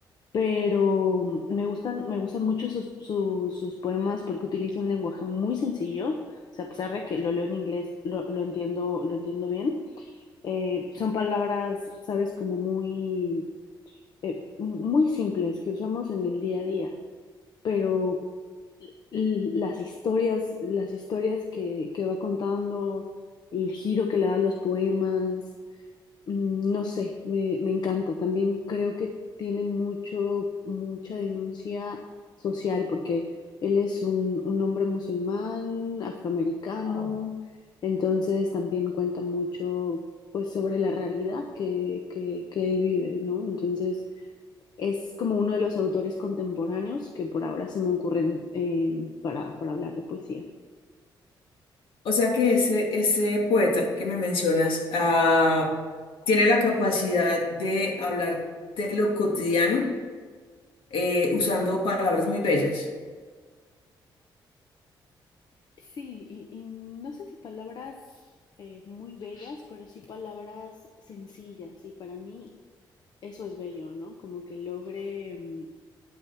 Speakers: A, on the left (about 55°); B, on the left (about 80°).
A: pero me gustan, me gustan mucho sus, su- sus poemas porque utiliza un lenguaje muy sencillo, o sea, a pesar de que lo leo en inglés, lo, lo entiendo, lo entiendo bien. Eh, son palabras, sabes, como muy eh, muy simples que usamos en el día a día, pero l- las historias, las historias que, que va contando, el giro que le da a los poemas, mm, no sé, me, me encanta. También creo que tiene mucho, mucha denuncia social, porque él es un, un hombre musulmán, afroamericano,
B: Wow.
A: entonces también cuenta mucho, pues, sobre la realidad que, que, que él vive, ¿no? Entonces, es como uno de los autores contemporáneos que por ahora se me ocurren eh, para, para hablar de poesía.
B: O sea que ese, ese poeta que me mencionas ah, tiene la capacidad de hablar de lo cotidiano eh, usando palabras muy bellas.
A: Sí, y, y no sé si palabras eh, muy bellas, pero sí palabras sencillas. Y para mí eso es bello, ¿no? Como que logre mm,